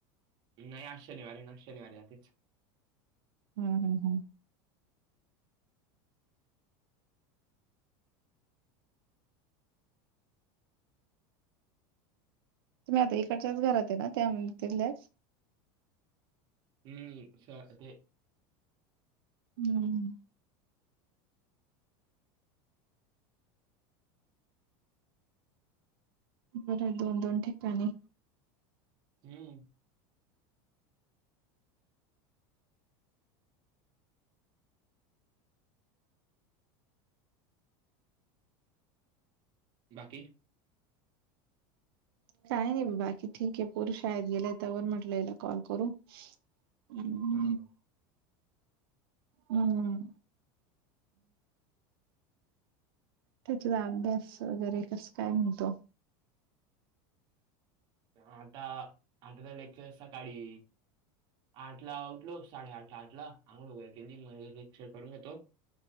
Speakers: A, on the right; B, on the right.
A: नाही आ शनिवारी ना शनिवारी जाते च
B: हम् हम् हम् तुम्ही आता इकडच्याच घरात आहे ना त्या तिथल्या च
A: हम्म शस् ते
B: हम्म बरं दोन दोन ठिकाणी
A: हम्म बाकी
B: काही नाही बाकी ठीक आहे पोर शाेत गेलंय त्यावर म्हटलं याला कॉल करू ह
A: हम्म
B: हम् त्या त अभ्यास वगैरे कस काय म्हणतो
A: आता आता काय लेक्चर सकाळी आठ ला उठलो साडेआठ ला आठ ला आंघोड वगैर केली म्हटलं लेक्चर करून घेतो